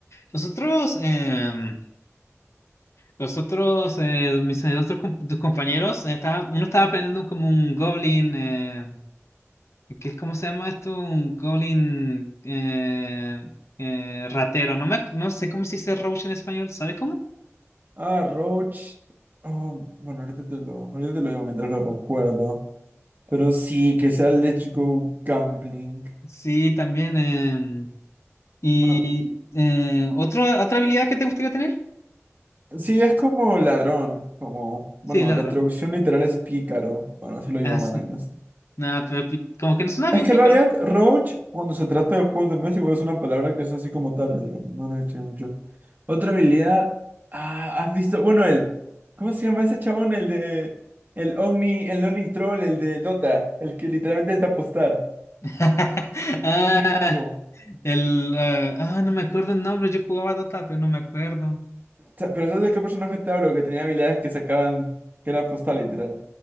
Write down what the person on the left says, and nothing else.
los otros, em, los otros, eh, mis eh, otros com- tus compañeros, eh, estaba- uno estaba aprendiendo como un goblin, eh, que es cómo se llama esto, un goblin eh, eh, ratero, no me, no sé cómo se dice roach en español, ¿sabes cómo?
Sí, también. em, ¿Y
eh, otra otra habilidad que te gustaría tener?
Sí, ladrón.
Ah, s-
nada, pero pi- como que no suena
bien
picarón.
<laughs> Ah,
El, eh, ah, no me acuerdo el nombre, yo jugaba Dota, pero no me acuerdo.